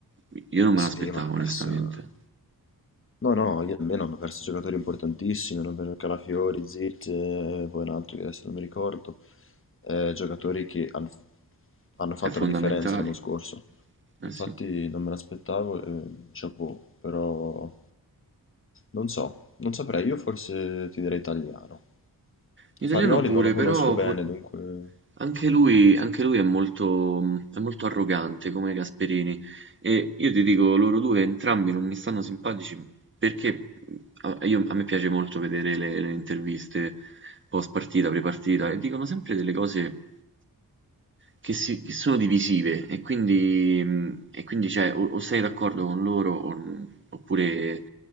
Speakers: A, on the right; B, on the left.
A: io non
B: Sì,
A: me l'aspettavo
B: ma hanno perso
A: onestamente.
B: No, no, io almeno hanno perso giocatori importantissimi, hanno perso Calafiori, Zirze, poi un altro che adesso non mi ricordo, eh, giocatori che han- hanno,
A: È
B: fatto
A: fondamentale,
B: la differenza l'anno scorso.
A: eh
B: Infatti
A: sì.
B: non me l'aspettavo, eh, chapeau, però non so, non saprei, io forse ti direi italiano.
A: L'italiano
B: Farioli
A: pure,
B: non lo conosco
A: però
B: bene,
A: po-
B: dunque
A: anche lui, anche lui è molto, è molto arrogante come Gasperini e io ti dico, loro due entrambi non mi stanno simpatici perché a, io- a me piace molto vedere le, le interviste post partita, pre partita e dicono sempre delle cose che, si- che sono divisive e quindi, mh, e quindi, cioè, o, o sei d'accordo con loro o- oppure,